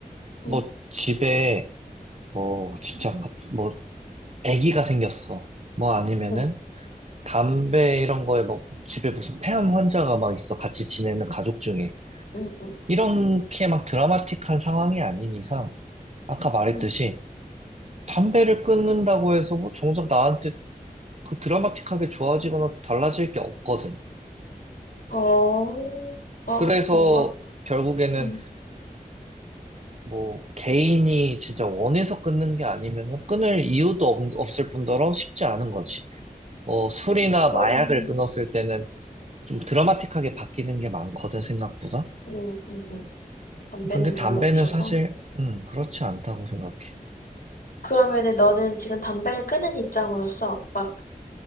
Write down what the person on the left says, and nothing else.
응,
응,
응, 응,
응.
어, 아,
그런가?
응.
그럼,
응, 응, 응. 담배는
별로
없어서.
그러면은 너는 지금 담배를 끊은 입장으로서 막